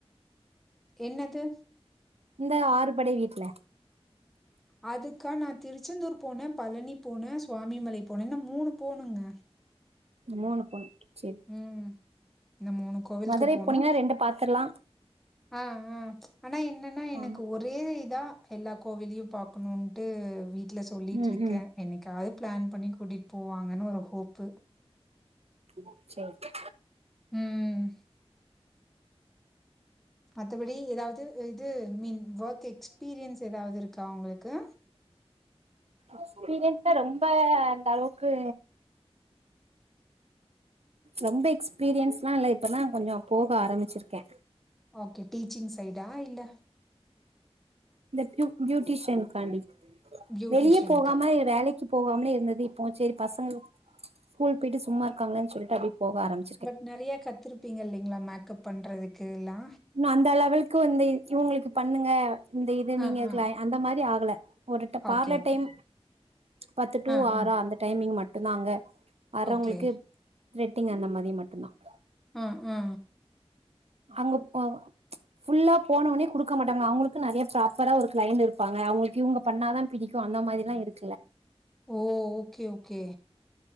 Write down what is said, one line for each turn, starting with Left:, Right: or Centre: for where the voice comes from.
Centre: என்னது
Right: இந்த ஆறுபடை வீட்ல
Centre: அதுக்கா நா திருச்செந்தூர் போன பழனி போன சுவாமிமலை போன இன்னும் மூணு போணுங்க
Right: மூணு போனும் செர்
Centre: ம். இந்த கோவிலுக்கு
Right: மதுரை
Centre: போனோ.
Right: போனீங்னா ரெண்டு பாத்தர்ல்லா
Centre: ஆ ஆ ஆனா என்னன்னா எனக்கு
Right: ஆமா
Centre: ஒர் ரே இதா எல்லா கோவிலியும் பாக்கணுன்ட்டு வீட்ல சொல்லிட்ருக்க
Right: ம் ம்
Centre: என்னைக்காவ்து பிளான் பண்ணி கூட்டிட் போவாங்கன்னு ஒரு ஹோப்பு
Right: இட்ஸ் ஓகே
Centre: ம் மத்தபடி எதாவ்து இது மீன் ஒர்க் எக்ஸ்பீரியன்ஸ் எதாவ்து இருக்கா உங்குளுக்கு
Right: எஸ்பீரியன்ஸ்ஸா ரொம்ப அந்த அளவுக்கு ரொம்ப எக்ஸ்பீரியன்ஸ்லா இல்ல இப்பதா கொஞ்சம் போக ஆரம்பிச்சிருக்க
Centre: ஓகே டீச்சிங் சைடா இல்ல
Right: இந்த பூ பியூட்டிஷியனுகாண்டி
Centre: பியூட்டிஷியனுக்கு
Right: வெளிய போகாம வேலைக்கி போகாமலே இருந்தது இப்போ செரி பசங்க ஸ்கூல் போயிட்டு சும்மா இருக்காங்ளன் சொல்ட்டு அப்டியே போக ஆரம்பி
Centre: பட் நெறையா கத்திருப்பீங்க இல்லைங்ளா மேக்கப் பண்றதுக்கு எல்லா
Right: நா அந்த லெவலுக்கு வந்து இவங்குளுக்கு பண்ணுங்க இந்த இது
Centre: ஆ
Right: நீங்க இருக்லா
Centre: ஆ
Right: அந்த மாரி ஆகல ஒரு tough parlour
Centre: okay okay
Right: time பத்து டூ
Centre: ஆ
Right: ஆறா
Centre: ஆ
Right: அந்த டைமிங் மட்டு தாங்க வர்றவங்ளுக்கு
Centre: ஓகே
Right: த்ரெட்டிங் அந்த மாரி மட்டும் தா
Centre: அ அ
Right: அங்க போ ஃபுல்லா போன ஒன்னே குடுக்க மாட்டாங்கா அவங்குளுக்கும் நெறைய ப்ராப்பரா ஒரு கிளைன்டு இருப்பாங்க அவங்களுக்கு இவங்க பண்ணா தா பிடிக் கும் அந்த மாரில்லா இருக்கு
Centre: ஓ ஓகே ஓகே